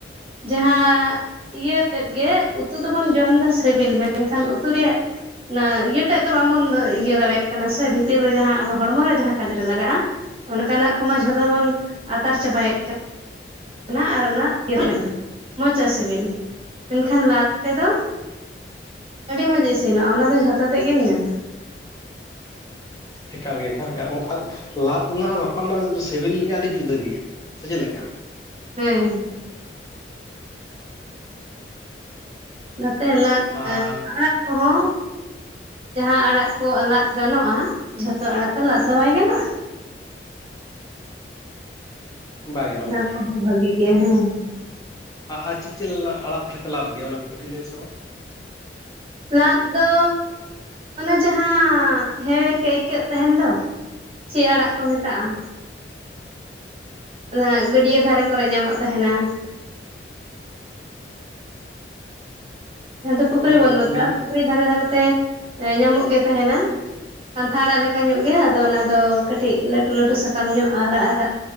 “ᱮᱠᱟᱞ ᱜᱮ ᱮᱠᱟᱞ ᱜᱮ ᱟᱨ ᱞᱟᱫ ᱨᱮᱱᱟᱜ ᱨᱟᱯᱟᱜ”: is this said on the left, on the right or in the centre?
Left